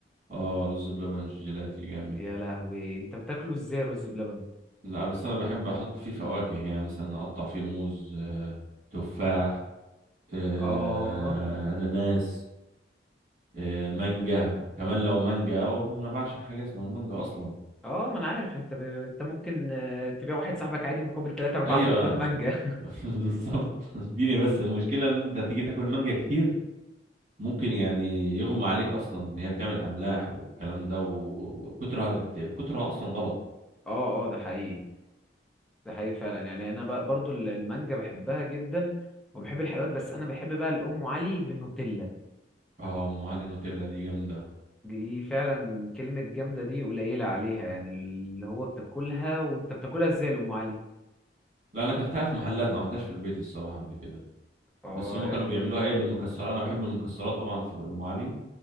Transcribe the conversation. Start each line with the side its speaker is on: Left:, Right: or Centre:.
Right: اه رز بلبن جيلاتي جامد
Centre: يا لهوي انت بتاكله ازاي الرز بلبن
Right: لا بس انا بحب احط فيه فواكه يعني مثلا اقطع فيه موز آه، تفاح آه،
Centre: اه
Right: اناناس آه، مانجا
Centre: ده جمدان
Right: كمان لو مانجا اوه انا بعشق حاجه اسمها المانجا اصلا
Centre: اه ما انا عارف انت ب... انت ممكن آه، تبيع واحد صاحبك عادي مقابل 3 4
Right: ايوه
Centre: فدان مانجا
Right: <laughs> بالظبط اديني بس المشكله ان انت تيجي تاكل مانجا كتير ممكن يعني يغمى عليك اصلا ان هي بتعمل املاح والكلام ده وكترها كترها اصلا غلط
Centre: <laughs> اه اه ده حقيقي ده حقيقي فعلا يعني انا بقى برضو ال- المانجا بحبها جدا وبحب الحلويات بس انا بحب بقى الام علي بالنوتيلا
Right: اه ام علي نوتيلا دي جامده
Centre: دي فعلا كلمة جامدة دي قليلة عليها يعني اللي هو بتاكلها وانت بتاكلها ازاي يا ام علي
Right: لا انا اكلتها في محلات ما عملتهاش في البيت الصراحه قبل كده
Centre: اه
Right: بس هما كانوا بيعملوها ايه بالمكسرات انا بحب المكسرات طبعا في ام علي